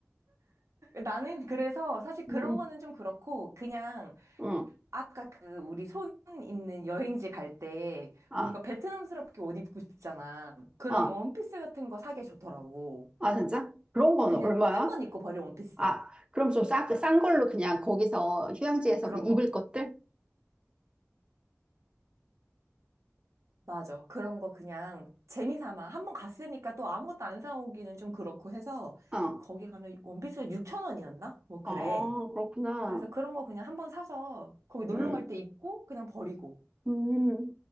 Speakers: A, on the right; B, on the right.
A: 나는 그래서 사실 그런
B: 음,
A: 거는 좀 그렇고 그냥
B: 음.
A: 아까 그 우리 손 있는 여행지 갈 때
B: 아,
A: 뭔가 베트남스럽게 옷 입고 싶잖아. 그런
B: 아, 어,
A: 원피스 같은 거 사기 좋더라고.
B: 아, 진짜? 그런 건
A: 그냥
B: 얼마야?
A: 한 번 입고 버릴 원피스.
B: 아, 그럼 좀 싸, 싼 걸로 그냥 거기서 휴양지에서
A: 그런
B: 그냥 입을
A: 거.
B: 것들?
A: 맞아. 그런 거 그냥 재미 삼아. 한 번 갔으니까 또 아무것도 안 사오기는 좀 그렇고 해서
B: 어,
A: 거기 가면 원피스가 6천 원이었나? 뭐 그래.
B: 아, 그렇구나.
A: 그래서 그런 거 그냥 한번 사서 거기 놀러
B: 응.
A: 갈 때 입고 그냥 버리고.
B: 음.